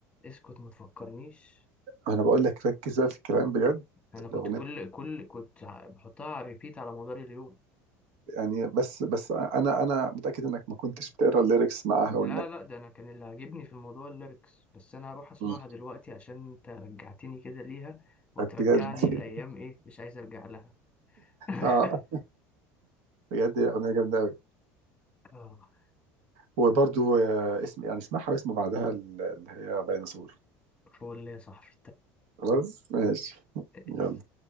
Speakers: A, on the left; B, on the right.
A: اسكت ما تفكرنيش
B: انا بقول لك ركز بقى في الكلام بجد
A: انا
B: الاغنيه
A: كنت كل كل كنت ع- بحطها على ريبيت على مدار اليوم
B: يعني بس بس انا انا متاكد انك ما كنتش بتقرا الليركس معاها
A: لا
B: وانك
A: لا ده انا كان اللي عاجبني في الموضوع الليركس بس انا هروح اسمعها
B: مم.
A: دلوقتي عشان انت رجعتني كده ليها وترجعني
B: بجد <laughs>
A: الايام ايه مش عايز ارجع لها <laughs>
B: اه بجد هي اغنيه جامده قوي
A: اه
B: وبرضو آه، اسم يعني اسمعها واسم بعدها اللي هي ديناصور
A: فول يا صاحبي
B: خلاص ماشي
A: اتفقنا
B: يلا